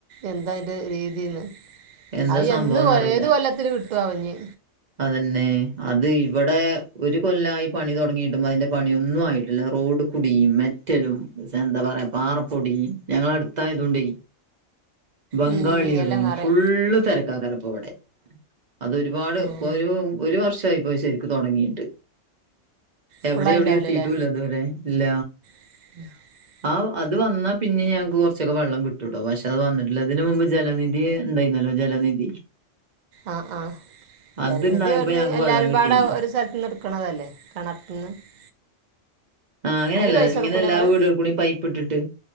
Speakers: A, on the right (about 55°); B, on the right (about 40°).
A: എന്താ ഇത് രീതില്
B: എന്താ
A: അത് യെന്ന്
B: സംഭവം എന്നറിയില്ല
A: ഏത് കൊല്ലത്തിന് കിട്ടോ ആവം ഞ്.
B: അതന്നെ അത് ഇവടെ ഒരു കൊല്ലായി പണി തൊടങ്ങീട്ടും അയ്ന്റെ പണിയൊന്നും ആയിട്ടില്ല റോഡ് കുടി മെറ്റലും സ് എന്താ പറയാ പാറ പൊടി ഞങ്ങള് അടുത്തായതു കൊണ്ടേ ബംഗാളികളും
A: ഉം ഉം എല്ലാം കറിയാ
B: ഫുള്ള് തെരക്ക് ക്കാക്കാര ഇപ്പോ വടെ. അതൊരുപാട്
A: ഉം
B: കൊരു ഒരു വർഷായി ഇപ്പത് ശരി ക്ക് തൊടങ്ങീട്ട്. എവിടി
A: ഫുള്ളായിണ്ടാവൂലല്ലേ
B: എവിടി എത്തീട്ടൂല്ല ഇതുവരെ. ഇല്ല.
A: <inaudible>
B: ആ അ ഇത് വന്നാ പിന്നീ ഞങ്ങക്ക് കൊറച്ചൊക്കെ വെള്ളം കിട്ടൂട്ടോ പക്ഷെ അത് വന്നിട്ടില്ലാ ഇതിന് മുമ്പ് ജലനിധി ഇണ്ടായിന്നല്ലോ ജലനിധി
A: ആഹ് ആഹ്
B: അതുണ്ടായപ്പോ
A: ജലനിധി ഇവടന്ന്
B: ഞങ്ങക്ക്
A: എല്ലാരുംപാടെ
B: വെള്ളം കിട്ടീന്ന്
A: ഒരു സ്ഥലത്ത് എടുക്കണതല്ലേ <unintelligible>
B: ആഹ് അങ്ങനെയല്ല
A: അതിന് പൈസ
B: ഇങ്ങനെ
A: കൊടുക്കൂല
B: എല്ലാ
A: ഇങ്ങള്
B: വീടുകളിൽ കൂടി പൈപ്പ് ഇട്ടിട്ട്